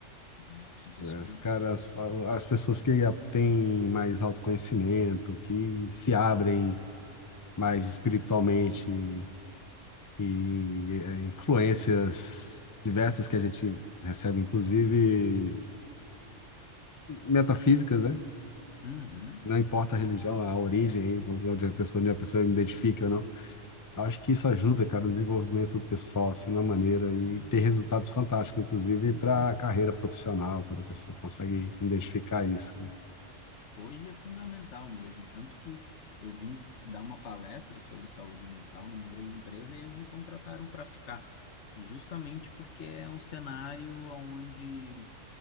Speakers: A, on the left; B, on the left.
A: né, hoje em dia é super
B: As,
A: importante.
B: cara, as,
A: né?
B: as pessoas que a- têm mais autoconhecimento, que se abrem mais espiritualmente e é, influências diversas que a gente recebe, inclusive metafísicas, né?
A: Uhum.
B: Não importa a religião, a origem, aí, vamos ver onde a pessoa, onde a pessoa identifica ou não. Eu Acho que isso ajuda, cara, o desenvolvimento pessoal, assim, de uma maneira, e ter resultados fantásticos, inclusive para a carreira profissional, quando a pessoa consegue identificar
A: É,
B: isso. né?
A: Hoje é fundamental mesmo, tanto que eu vim dar uma palestra sobre saúde mental numa grande empresa e eles me contrataram para ficar, justamente porque é um cenário onde